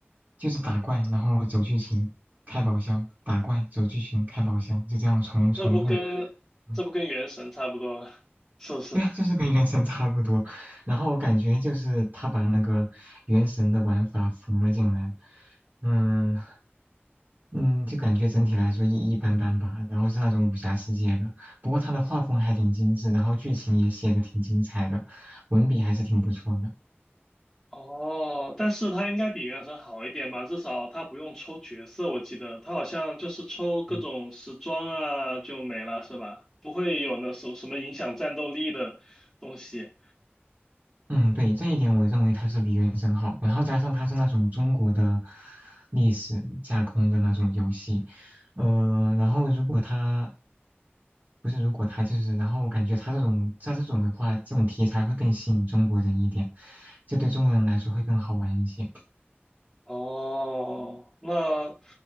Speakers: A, on the right; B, in the centre.
A: 就是打怪，然后走剧情，开宝箱，打怪，走剧情，开宝箱，就这样重重复。
B: 这不跟这不跟原神差不多，
A: 嗯
B: 是不是？
A: 对呀，就是跟原神 <laughs> 差不多。然后我感觉就是他把那个原神的玩法缝了进来，嗯嗯，就感觉整体来说一一般般吧。然后是那种武侠世界的，不过他的画风还挺精致，然后剧情也写的挺精彩的，文笔还是挺不错的。
B: 哦，但是它应该比原神好一点吧，至少它不用抽角色，我记得它好像就是抽各种时装啊就没了，
A: 嗯
B: 是吧？不会有那什什么影响战斗力的东西。
A: 嗯，对，这一点我认为它是比原神好，然后加上它是那种中国的历史架空的那种游戏，呃，然后如果它不是如果它就是，然后我感觉它这种它这种的话，这种题材会更吸引中国人一点，这对中国人来说会更好玩一些。
B: 哦，那